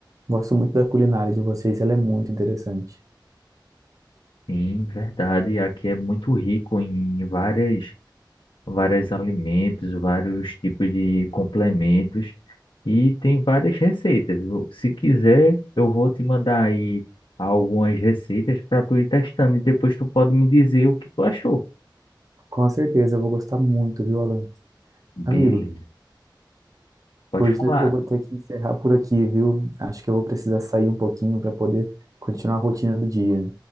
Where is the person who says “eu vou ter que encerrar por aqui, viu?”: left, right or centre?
Right